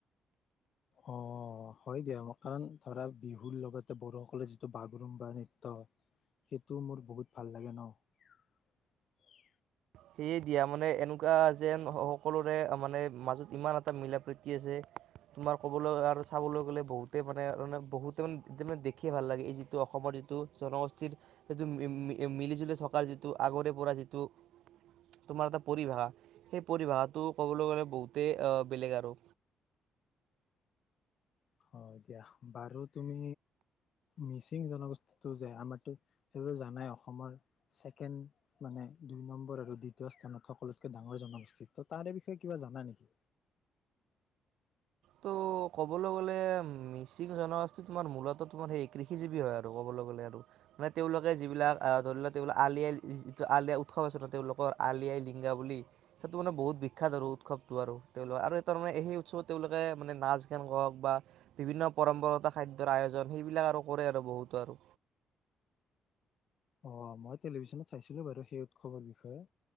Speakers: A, on the left (about 55°); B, on the right (about 80°).
A: অহ হয় দিয়া মই কাৰণ ধৰা বিহুৰ লগতে বড়োসকলে যিটো বাগৰুম বা নৃত্য‌সেইটো মোৰ বহুত ভাল লাগে নহ
B: সেয়ে দিয়া মানে এনেকুৱা যেন সকলোৰে মানে মাজত ইমান এটা মিলা প্ৰীতি আছে তোমাৰ ক'বলৈ আৰু চাবলৈ গলে বহুতে মানে বহুতে মানে দেখি ভাল লাগে এই যিটো অসমৰ যিটো জনগোষ্ঠীৰ সিটো মিলি জুলি থকাৰ যিটো আগৰে পৰা যিটো তোমাৰ এটা পৰিভাষা, সেই পৰিভাষাটো ক'বলৈ গ'লে বহুতেই বেলেগ আৰু
A: হয় দিয়া বাৰু তুমি মিচিং জনগোষ্ঠীটো যে আমাৰো সেইটো জানাই অসমৰ ছেকেণ্ড মানে দুই নম্বৰ আৰু দ্বিতীয় স্থানত সকলোতকে ডাঙৰ জনগোষ্ঠী। তহ তাৰে বিষয়ে কিবা জানা নেকি?
B: ত' ক'বলৈ গ'লে মিচিং জনগোষ্ঠী তোমাৰ মূলত তোমাৰ সেই কৃষিজীৱী হয় আৰু ক'বলৈ গ'লে আৰু মানে তেওঁলোকে যিবিলাক ধৰি লোৱা আলি আই যিটো আলিয়াই উৎসৱ আছে নহ তেওঁলোকৰ আলি আই লৃগাং বুলি সেইটো মানে বহুত বিখ্যাত আৰু উৎসৱতটো আৰু তেওঁলোকৰ আৰু তাৰ মানে সেই উৎসৱত তেওঁলোকে মানে নাচ গান কওক বা বিভিন্ন পৰম্পৰাগত খাদ্যৰ আয়োজন সেইবিলাক আৰু কৰে আৰু বহুতৰ আৰু
A: অহ মই টেলিভিশনত চাইছিলোঁ বাৰু সেই উৎসৱৰ বিষয়ে